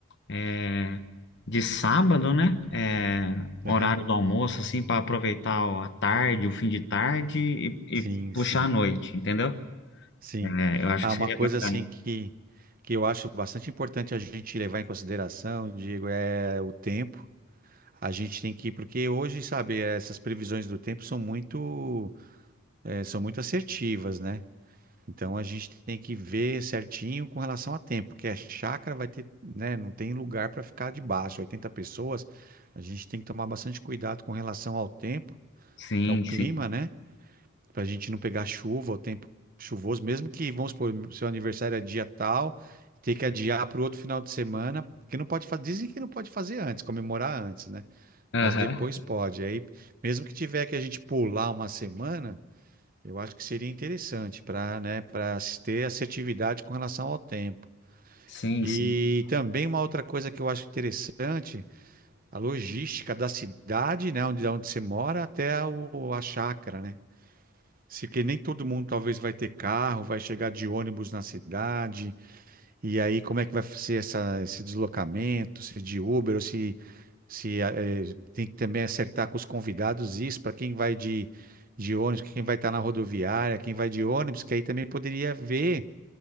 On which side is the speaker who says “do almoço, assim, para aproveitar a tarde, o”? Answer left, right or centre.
Left